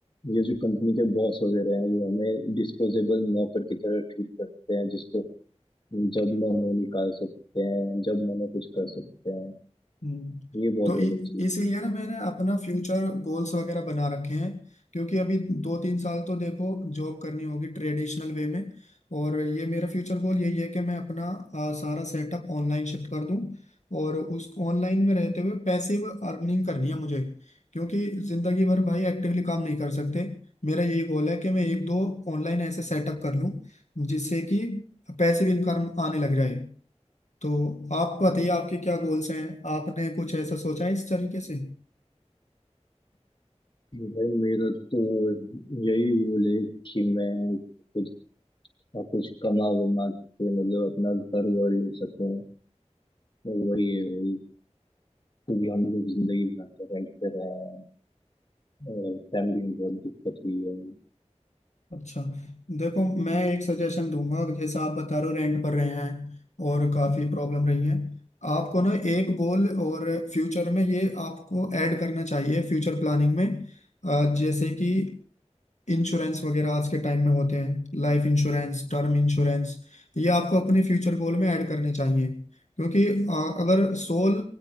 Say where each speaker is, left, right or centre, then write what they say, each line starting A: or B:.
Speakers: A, on the left; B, on the left.
A: ये जो कंपनी के बॉस वगैरह हैं वो हमें डिस्पोजेबल नौकर की तरह ट्रीट करते हैं जिसको जब मन हो निकाल सकते हैं जब मन हो कुछ कर सकते हैं
B: हम्म,
A: ये बहुत
B: तो
A: गलत
B: इ-
A: चीज
B: इसीलिए
A: है
B: ना मैंने अपना फ्यूचर गोल्स वगैरह बना रखे हैं क्योंकि अभी दो तीन साल तो देखो जॉब करनी होगी ट्रेडिशनल वे में और ये मेरा फ्यूचर गोल यही है कि मैं अपना आ, सारा सेटअप ऑनलाइन शिफ्ट कर दूं और उस ऑनलाइन में रहते हुए पैसिव अर्निंग करनी है मुझे क्योंकि जिंदगी भर भाई एक्टिवली काम नहीं कर सकते मेरा यही गोल है कि मैं एक दो ऑनलाइन ऐसे सेटअप कर लूं जिससे कि पैसिव इनकम आने लग जाए तो आप बताइए आपके क्या गोल्स हैं आपने कुछ ऐसा सोचा है इस तरीके से
A: तो भाई मेरा तो यही गोल है कि मैं कुछ कुछ कमा वमा के मतलब अपना घर वर ले सकूँ वही है वही क्योंकि हम लोग जिंदगी भर रेंट पे रहे हैं और फैमिली में बहुत दिक्कत हुई है
B: अच्छा देखो मैं एक सजेशन दूंगा जैसे आप बता रहे हो रेंट पर रहे हैं और काफ़ी प्रॉब्लम रही है आपको ना एक गोल और फ्यूचर में ये आपको ऐड करना चाहिए फ्यूचर प्लानिंग में अ, जैसे कि इंश्योरेंस वगैरह आज के टाइम में होते हैं लाइफ इंश्योरेंस टर्म इंश्योरेंस ये आपको अपने फ्यूचर गोल में ऐड करने चाहिए क्योंकि अ, अगर सोल